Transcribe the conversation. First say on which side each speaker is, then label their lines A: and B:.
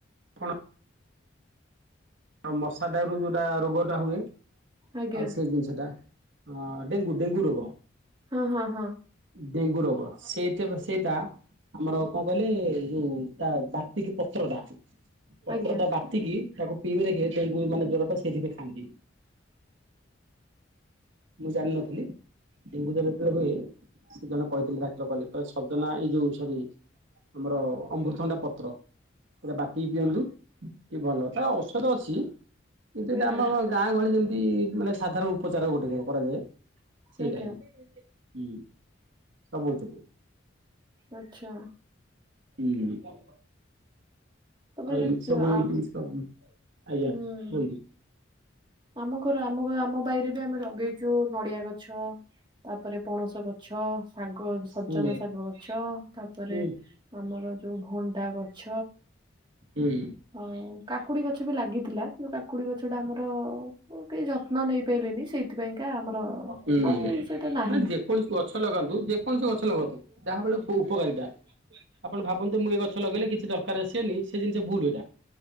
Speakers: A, on the right; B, on the right.
A: କଣ ମଶା ଟା ରୁ ଯୋଉଟା ରୋଗଟା ହୁଏ
B: ଆଜ୍ଞା
A: ଆଉ ସେ ଜିନିଷ ଟା ହଁ ଡେଙ୍ଗୁ ଡେଙ୍ଗୁ ରୋଗ।
B: ହଁ ହଁ ହଁ।
A: ଡେଙ୍ଗୁ ରୋଗ ସେଇ ସେଇଟା ଆମର କଣ କହିଲେ ଏ ଯୋଉ ତା ବାତି କିି ପତ୍ର ଟା ପତ୍ରଟା
B: ଆଜ୍ଞା
A: ବାଟି ସେତିକି ତାକୁ ପିଇବେ ଦେଖେ ତାକୁ ମାନେ ଜ୍ଵର ଟା ସେଇଥିପାଇଁ ଖାଆନ୍ତି। ମୁଁ ଜାଣିନଥିଲି ଡେଙ୍ଗୁ ଜର ଯେତେବେଳେ ହୁଏ ସେ ଜଣେ କହିଛନ୍ତି ରା କଲେ ସଜନା ଏଇ ଯୋଉ ସରି ଆମର ଅମୃତଭଣ୍ଡା ପତ୍ର। ପୁରଟ ବାଟିକି ପିଅନ୍ତୁ ଟିକେ ଭଲ ହବ ତ ଅଛି କିନ୍ତୁ ଏଟା
B: ଆଜ୍ଞା
A: ଆମ ଗାଁ ଗହଳି ଯେମିତି ମାନେ ସାଧାରଣ ଉପଚାର ଗୋଟେ କରାଯାଏ। ସେଇଟା
B: ଆଜ୍ଞା।
A: ହିଁ। ହୁଁ ସବୁ ଅଛି।
B: ଆଚ୍ଛା
A: ହୁଁ।
B: ତାପରେ
A: ଆଉ ସବୁ
B: ଯୋଉ ଆ
A: ଜିନିଷ ଆଜ୍ଞା
B: ହୁଁ
A: କୁହନ୍ତୁ।
B: ଆମ ଘର ଆମ ଆମ ବାଇରେ ବି ଆମେ ଲଗେଇଛୁ ନଡିଆ ଗଛ। ତାପରେ ପଣସ ଗଛ। ଶାଗ ସଜନା
A: ହୁଁ।
B: ଶାଗ ଗଛ। ତାପରେ
A: ହୁଁ
B: ଆମର ଯୋଉ ଭଣ୍ଡା ଗଛ
A: ହୁଁ।
B: ଆଉ କାକୁଡି ଗଛ ବି ଲାଗିଥିଲା। କି କାକୁଡି ଗଛ ଟା ଆମର ମୁଁ କେହି ଯତ୍ନ ନେଇପାରିଲନି ସେଇଥିପାଇଁକା ଆମର
A: ହୁଁ
B: ଆଉ ସେଇଟା ନାହିଁ।
A: ନା ଯେକୌଣସି ଗଛ ଲଗାନ୍ତୁ ଯେକୌଣସି ଗଛ ଲଗନ୍ତୁ ଯାହା ବଳେ ଉପକାରିତା।
B: ହ <unintelligible>
A: ଆପଣ ଭାବନ୍ତୁ ମୁଁ ଏ ଗଛ ଲଗେଇଲେ କିଛି ଦରକାର ଆସିବେନି ସେ ଜିନିଷ ଭୁଲ ଏଇଟା।